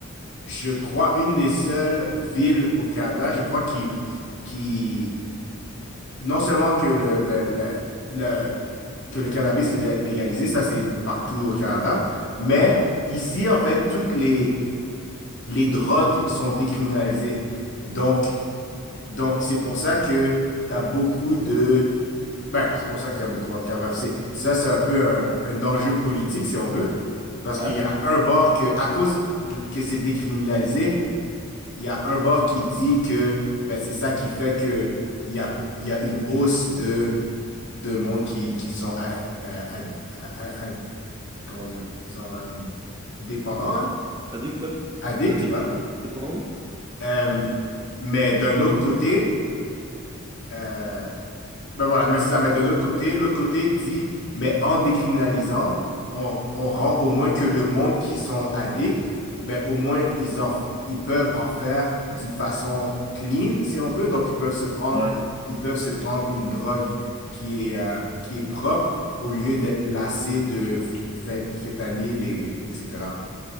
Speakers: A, on the left; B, on the right.
A: je crois, une des seules villes au Canada, je crois, qui, qui non seulement que le, ben, le- le- que le cannabis est lé- légalisé, ça c'est partout au Canada, mais... Ici, en fait, toutes les, les drogues sont décriminalisées. Donc, donc c'est pour ça que t'as beaucoup de... Ben, c'est pour ça qu'il y a beaucoup, en tout cas, bref, c'est, ça, c'est un peu un, un enjeu politique, si on veut, parce
B: Ouais.
A: qu'il y a un bord que, à cause que c'est décriminalisé, il y a un bord qui dit que, ben, c'est ça qui fait que il y a, il y a une hausse de, de monde qui, qui sont, à, à- à- à- à- comment dire, qui sont euh, dépendants, là,
B: Addict, toi?
A: addicts,
B: Addict?
A: voilà.
B: C'est pas vrai
A: Euh, mais d'un autre côté, Euh, ben voilà, mais c'est ça. Mais de l'autre côté, l'autre côté dit, mais en décriminalisant, on, on rend au moins que le monde qui sont addicts, ben au moins ils en, ils peuvent en faire d'une façon clean, si on veut. Donc ils peuvent se prendre,
B: Ouais.
A: ils peuvent se prendre une drogue qui est, euh, qui est propre au lieu d'être lassés de phé- phétanyl et, et- etc.